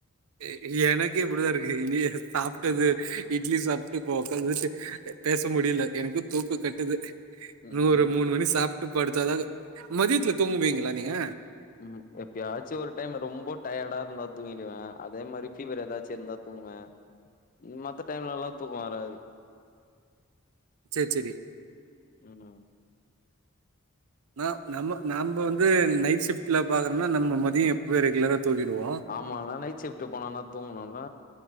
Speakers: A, on the right; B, on the left.
A: எ எனக்கே இப்டிதா இருக்கு இட்லிய சாப்ட்டது இட்லி சாப்ட்டு இப்போ உக்காந்து பேச முடில எனக்கு தூக்கோ கட்டுது இன்னு
B: ம்
A: ஒரு மூணு மணி சாப்ட்டு படுத்தாதா மதியத்துல தூங்குவீங்களா நீங்க
B: ம் எப்பயாச்சு ஒரு டைம் ரொம்ப டயர்டா இருந்தா தூங்கிடுவே அதே மாரி பீவர் ஏதாச்சு இருந்தா தூங்குவே ம் மத்த டைம்ல எல்லா தூக்கோ வராது
A: செரி செரி
B: வேணா
A: ந நம்ம நம்ப வந்து நைட் ஷிப்ட்ல பாக்குறோனா நம்ம மதியோ எப்பவே ரெகுலரா தூங்கிடுவோ
B: ஆமாலா நைட் ஷிப்ட்ட் போனோனா தூங்குணோல்ல